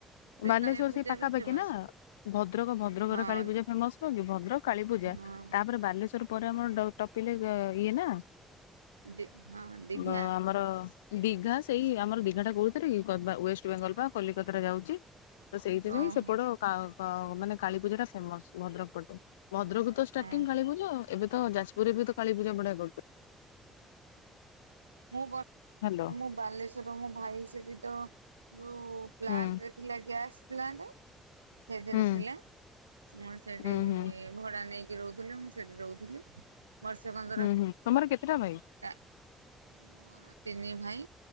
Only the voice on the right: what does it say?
କାଳୀ ପୂଜା
ବି ଫେମସ।
ହଁ
ହଁ
ଦି ହଁ ଦୀଘା
ଓହୋ
ହଁ
ହୁଁ ମୁଁ ଗ
ମୁଁ ବାଲେଶ୍ଵର ମୋ ଭାଇ ସେଠି ତ ଯୋଉ ପ୍ଲାଣ୍ଟରେ
ଥିଲା ଗ୍ୟାସ୍ ପ୍ଲାଣ୍ଟ। ସେଇଥିରେ
ଥିଲା। ମୁଁ ସେଠି
ଭଡା ନେଇକି ରହୁଥିଲେ। ମୁଁ ସେଇଠି ରହୁଥିଲି। ବର୍ଷେ କଣ?
କା ମୋର ତିନି ଭାଇ।